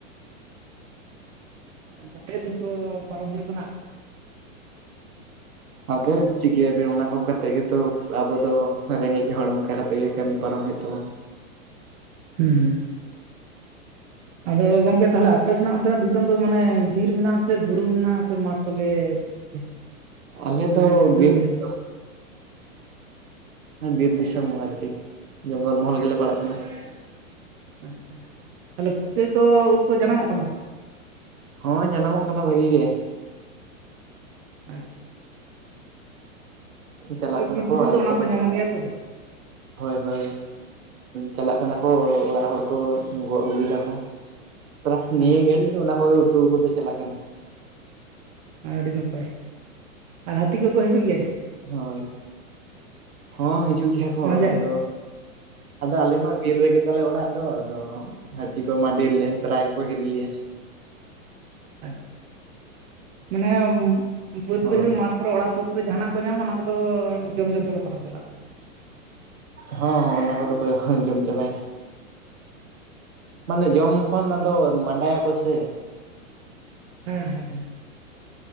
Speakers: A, on the right; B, on the right.
A: ᱚᱱᱠᱟ ᱛᱮᱜᱮ ᱫᱤᱱ ᱠᱚ ᱯᱟᱨᱚᱢ ᱦᱩᱭᱩᱜ ᱠᱟᱱᱟ᱾
B: ᱟᱫᱚ ᱪᱤᱠᱟᱹᱭᱟ ᱵᱤᱱ ᱚᱱᱟ ᱠᱚ ᱠᱟᱛᱮ ᱜᱮᱛᱚ ᱟᱵᱚ ᱫᱚ ᱨᱮᱸᱜᱮᱡ ᱦᱚᱲ ᱚᱱᱠᱟ ᱠᱟᱛᱮ ᱜᱮ ᱠᱟᱹᱢᱤ ᱯᱟᱨᱚᱢ ᱦᱩᱭᱩᱜ ᱛᱟᱵᱚᱱᱟ᱾
A: ᱦᱩᱸ ᱟᱫᱚ ᱜᱚᱝᱠᱮ ᱛᱟᱦᱚᱞᱮ ᱟᱯᱮ ᱥᱮᱱᱟᱜ ᱚᱱᱛᱮᱱᱟᱜ ᱫᱤᱥᱚᱢ ᱫᱚ ᱢᱟᱱᱮ ᱵᱤᱨ ᱢᱮᱱᱟᱜᱼᱟᱥᱮ ᱵᱩᱨᱩ ᱢᱮᱱᱟᱜᱼᱟᱥᱮ ᱢᱟᱴ ᱠᱚᱜᱮ ᱡᱟᱹᱥᱛᱤ?
B: ᱟᱞᱮ
A: ᱢᱟᱱᱮ
B: ᱫᱚ
A: ᱵᱟᱹᱫ
B: ᱵᱤᱨ
A: ᱵᱟᱹᱭᱦᱟᱹᱲ
B: ᱫᱤᱥᱚᱢ᱾
A: ᱟᱪᱪᱷᱟ
B: ᱵᱤᱨ ᱫᱤᱥᱚᱢ ᱟᱨᱠᱤ ᱡᱚᱝᱜᱚᱞ ᱢᱚᱦᱚᱞ ᱜᱮᱞᱮ ᱯᱟᱲᱟᱜ ᱠᱟᱱᱟᱹ ᱾
A: ᱟᱪᱪᱷᱟ ᱛᱟᱦᱚᱞᱮ ᱯᱩᱴᱠᱟᱹ ᱠᱚ ᱩᱴ ᱠᱚ ᱡᱟᱱᱟᱢᱚᱜ ᱠᱟᱱᱟ?
B: ᱦᱳᱭ ᱡᱟᱱᱟᱢᱚᱜ ᱠᱟᱱᱟ ᱵᱷᱟᱹᱜᱤ ᱜᱮ᱾
A: ᱟᱪᱪᱷᱟ
B: ᱪᱟᱞᱟᱜ
A: ᱦᱳᱭ ᱵᱤᱨ
B: ᱠᱟᱱᱟ
A: ᱵᱩᱨᱩ
B: ᱠᱚ
A: ᱨᱮᱫᱚ
B: ᱟᱭᱳ
A: ᱚᱱᱟ
B: ᱛᱟᱠᱚ
A: ᱧᱟᱢᱚᱜ ᱜᱮᱭᱟ ᱛᱚ
B: ᱦᱳᱭ ᱦᱳᱭ᱾ ᱪᱟᱞᱟᱜ ᱠᱟᱱᱟ ᱠᱚ ᱚᱲᱟᱜ ᱦᱚᱲ ᱠᱚ ᱜᱚᱜ ᱟᱹᱜᱩᱭᱮ ᱫᱟᱠᱚ᱾ ᱯᱟᱨ ᱱᱤᱭᱟᱹ
A: ᱟᱪᱪᱷᱟ
B: ᱜᱷᱟᱹᱲᱤᱡ ᱫᱚ ᱚᱱᱟ ᱠᱚᱜᱮ ᱩᱛᱩ ᱠᱚ ᱫᱚ ᱪᱟᱞᱟᱜ ᱠᱟᱱᱟ᱾
A: ᱟᱹᱰᱤ ᱱᱟᱯᱟᱭ ᱟᱨ ᱦᱟᱹᱛᱤ ᱠᱚᱠᱚ ᱦᱤᱡᱩᱜ ᱜᱮᱭᱟ?
B: ᱦᱳᱭ ᱦᱚᱸ ᱦᱤᱡᱩᱜ ᱜᱮᱭᱟ ᱠᱚ
A: ᱢᱟᱡᱷᱮ
B: ᱟᱫᱚ
A: ᱨᱮ
B: ᱟᱫᱚ ᱟᱞᱮ ᱢᱟ ᱵᱤᱨ ᱨᱮᱜᱮ ᱛᱟᱞᱮ ᱚᱲᱟᱜ ᱫᱚ ᱟᱫᱚ ᱦᱟᱹᱛᱤ ᱠᱚ ᱢᱟ ᱫᱤᱱ ᱜᱮ ᱯᱨᱟᱭ ᱜᱮᱠᱚ ᱦᱤᱨᱤ ᱞᱮᱭᱟ᱾
A: ᱟᱪᱪᱷᱟ ᱢᱟᱱᱮ ᱵᱟᱹᱫᱽ
B: ᱦᱳᱭ
A: ᱵᱟᱹᱭᱦᱟᱹᱲ ᱢᱟᱴᱷ ᱛᱟᱯᱚᱨ ᱚᱲᱟᱜ ᱥᱩᱨ ᱨᱮ ᱡᱟᱦᱟᱱᱟᱜ ᱠᱚ ᱧᱟᱢᱟ ᱚᱱᱟ ᱠᱚᱫᱚ ᱡᱚᱢ ᱡᱚᱢ ᱛᱮᱠᱚ ᱯᱟᱨᱚᱢ ᱪᱟᱞᱟᱜᱼᱟ᱾
B: ᱦᱚᱸ ᱚᱱᱟ ᱠᱚᱫᱚ ᱠᱚ ᱡᱚᱢ ᱪᱟᱵᱟᱭᱟ᱾ ᱢᱟᱱᱮ ᱡᱚᱢ ᱠᱷᱚᱱ ᱟᱫᱚ ᱢᱟᱰᱟ ᱭᱟᱠᱚ ᱥᱮ
A: ᱦᱮᱸ ᱦᱮᱸ ᱦᱮᱸ